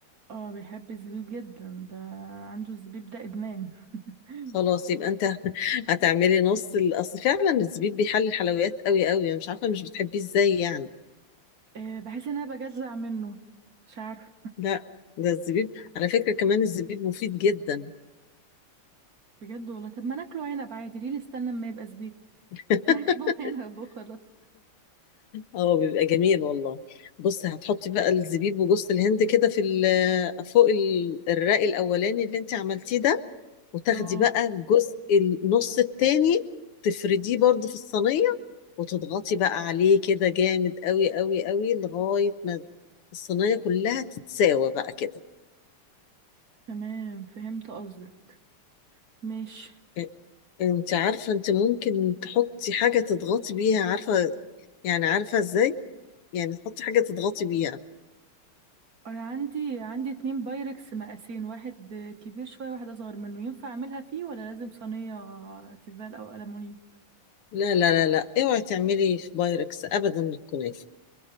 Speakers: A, on the right (about 50°); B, on the left (about 90°).
A: اه بيحب الزبيب جدا ده عنده الزبيب ده ادمان <laughs>
B: خلاص يبقى انت <laughs> هتعملي نص ال- اصل فعلا الزبيب بيحلي الحلويات قوي قوي انا مش عارفه مش بتحبيه ازاي يعني
A: آه، بحس ان انا بجزع منه مش عارف
B: لا ده الزبيب على فكره كمان الزبيب مفيد جدا
A: بجد والله طب ما ناكله عنب عادي ليه نستنى اما يبقى زبيب <laughs>
B: <laughs>
A: ناكله عنب وخلاص
B: اه بيبقى جميل والله بصي هتحطي بقى الزبيب وجوز الهند كده في ال- فوق ال- الرق الاولاني اللي انت عملتيه ده وتاخدي
A: اه
B: بقى الجزء النص التاني تفرديه برضو في الصينية وتضغطي بقى عليه كده جامد قوي قوي قوي لغاية ما الصينية كلها تتساوى بقى كده
A: تمام فهمت قصدك ماشي
B: إ- انت عارفة انت ممكن تحطي حاجة تضغطي بيها عارفة يعني عارفة ازاي يعني تحطي حاجة تضغطي بيها
A: انا عندي عندي اتنين بايركس مقاسين واحد كبير شويه واحد اصغر منه ينفع اعملها فيه ولا لازم صينيه تيفال او ألمونيا
B: لا لا لا لا اوعي تعملي في بايركس ابدا الكنافة